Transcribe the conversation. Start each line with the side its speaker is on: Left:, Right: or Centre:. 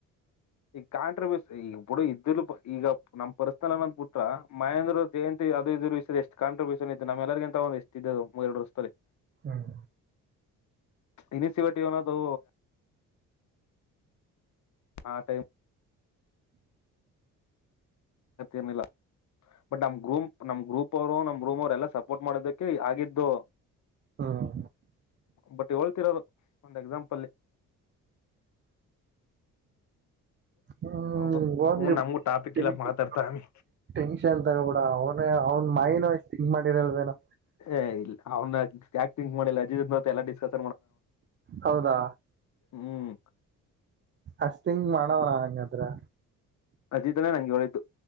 Left: ಈ ಕಾಂಟ್ರಾವರ್ಸಿ ಈಗ ಬುಡ ಇದ್ದಲು ಈಗ ನಮ್ ಪರ್ಸನಲ್ ಅನ್ನೊಂದ್ ಪುಟ್ ಮಹೇಂದ್ರ್ ಜಯಂತಿ ಅದು ಇದ್ರ ಎಷ್ಟ ಕಾಂಟ್ರಾವರ್ಸಿ ಅತ್ ನಮ್ಮಲ್ಲಗಂತೂ ಒ ಎಷ್ಟ ಇದು ಮೂರ ವರ್ಷದಲ್ಲಿ.
Right: ಹ್ಮ್
Left: ಇನಿಷಿಯಿವೇಟಿವ್ ಅನೋದು ಹಾಂ ಏನ್ ಇಲ್ಲ ಬಟ್ ನಮ್ ಗ್ರೂಮಪ್ ನಮ್ ಗ್ರೂಪ್ ಅವರು ನಮ್ ರೂಮ್ ಅವರು ಎಲ್ಲಾ ಸಪೋರ್ಟ್ ಮಾಡೋದಕ್ಕೆ ಕೇ ಆಗಿದ್ದು
Right: ಹ್ಮ್
Left: ಬಟ್ ಹೇಳ್ತಿರೋದು ಒಂದು ಎಕ್ಸಾಂಪಲ್ಲಿ
Right: ಹ್ಮ್
Left: ಹೌದು
Right: ಹೋಗ್ಲಿ
Left: ಸುಮ್ ನಮ್ಗೂ ಟಾಪಿಕ್ ಇಲ್ಲ ಮಾತಾಡ್ತಾಮಿ
Right: <unintelligible> ಟೆನ್ಷನ್ ಅ ತಗೊ ಬೇಡ ಅವನ ಅವ್ನ ಮೈಂಡ್ ಎಷ್ಟ್ ತಿಂಕ್ ಮಾಡಿರಲ್ವೇನೊ.
Left: ಏ ಇಲ್ಲ ಅವ್ನ ಯಾಕ್ ತಿಂಕ್ ಮಾಡಿಲ್ಲ ಅಜಿತ್ ಎಲ್ಲಾ ಡಿಸ್ಕಾಸ್
Right: ಹೌದಾ
Left: ಹ್ಮ್
Right: ಅಷ್ಟ್ ತಿಂಕ್ ಮಾಡವ್ರ ಹಂಗದ್ರೆ.
Left: ಅಜಿತನೇ ನಂಗೆ ಹೇಳಿದ್ದು